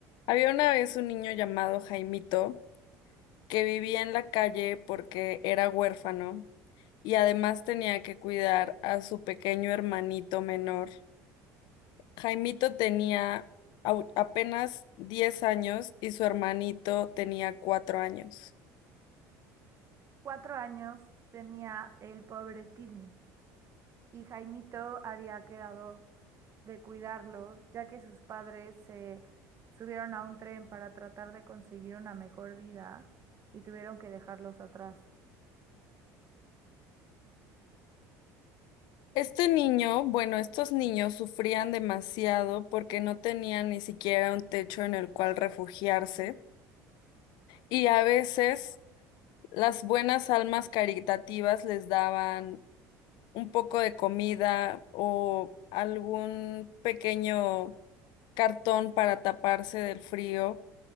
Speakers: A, on the left; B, on the right.
A: Había una vez un niño llamado Jaimito que vivía en la calle porque era huérfano y además tenía que cuidar a su pequeño hermanito menor. Jaimito tenía au- apenas 10 años y su hermanito tenía 4 años.
B: Cuatro años tenía el pobre Timmy y Jaimito había quedado de cuidarlo, ya que sus padres se subieron a un tren para tratar de conseguir una mejor vida y tuvieron que dejarlos atrás.
A: Este niño, bueno, estos niños sufrían demasiado porque no tenían ni siquiera un techo en el cual refugiarse y a veces las buenas almas caritativas les daban un poco de comida o algún pequeño cartón para taparse del frío,